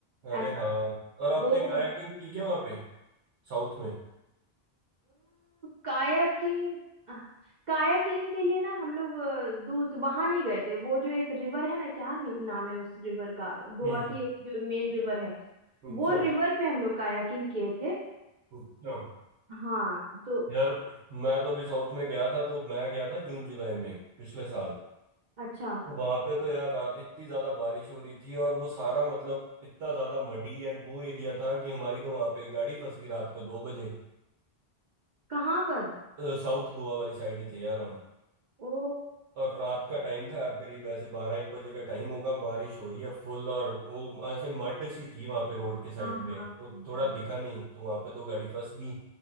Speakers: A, on the right; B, on the right.
A: अरे
B: ऐसा
A: हाँ और आपने
B: वो
A: कायाकिंग की क्या वहाँ पे साउथ में
B: कायाकिंग कायाकिंग के लिए ना हम लोग अ, दूर वहां नहीं गए थे वो जो एक रिवर है ना क्या नि- नाम है उस रिवर का गोवा
A: हम्म
B: की जो मेन रिवर है
A: अच्छा
B: वो रिवर पे हम लोग कायाकिंग किए थे
A: अच्छा
B: हाँ तो
A: यार मैं तो भी साउथ में गया था तो मैं गया था जून जुलाई में पिछले साल
B: अच्छा
A: वहां पे तो यार रात इतनी ज्यादा बारिश हो रही थी और वो सारा मतलब इतना ज्यादा मडी एंड वो एरिया था कि हमारी तो वहां पे गाड़ी फंस गई रात को दो बजे
B: कहाँ पर
A: अ, साउथ गोवा वाली साइड ही थे यार हम
B: ओ
A: और रात का टाइम था यार करीब ऐसे बारह एक बजे का टाइम होगा बारिश हो रही है फुल और वो ऐसे मड सी थी वहां पे रोड के साइड
B: हाँ
A: में
B: हाँ
A: वो
B: हाँ, हाँ।
A: थोड़ा दिखा नहीं तो वहां पे तो गाड़ी फंस गई